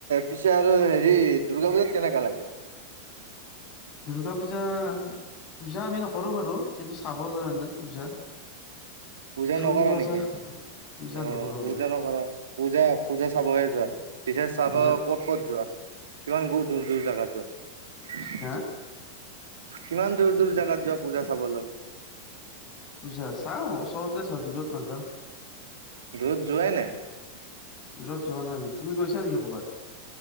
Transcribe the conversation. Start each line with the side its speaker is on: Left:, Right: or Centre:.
Right: পিছে আৰু হেৰি দুৰ্গা পূজাত কেনেকা লাগে? <inaudible>
Left: দুৰ্গা পূজা পূজা আমি নকৰো বাৰু কিন্তু চাব যাও এনেই পূজা।
Right: পূজা
Left: ফুৰিব
Right: নকৰা নেকি?
Left: যা পূজা
Right: অ
Left: নকৰোঁ
Right: পূজা
Left: আমি
Right: নকৰা পূজা পূজা চাবহে যোৱা! পিছে চাব
Left: পূজা
Right: ক'ত ক'ত যোৱা? কিমান দূ দূৰ দূৰ জাগাত যোৱা?
Left: হা
Right: কিমান দূৰ দূৰ জাগাত যোৱা পূজা চাবলে?
Left: পূজা চাওঁ ওচৰতে চাওঁ দূৰত নাযাওঁ
Right: দূৰত যোৱাই নাই
Left: দূৰত যোৱা নাই আমি তুমি গৈছা নেকি কবাত।